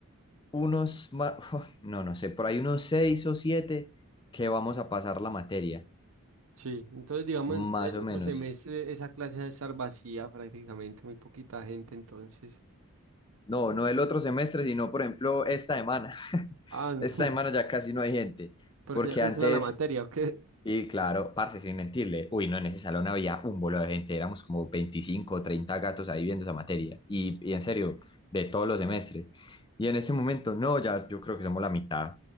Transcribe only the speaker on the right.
Sí, entonces digamos,
entonces
el otro
semestre esa clase va a estar vacía prácticamente, muy poquita gente entonces.
Ah,
<laughs>
porque
ya cancelan
la materia, ¿o qué?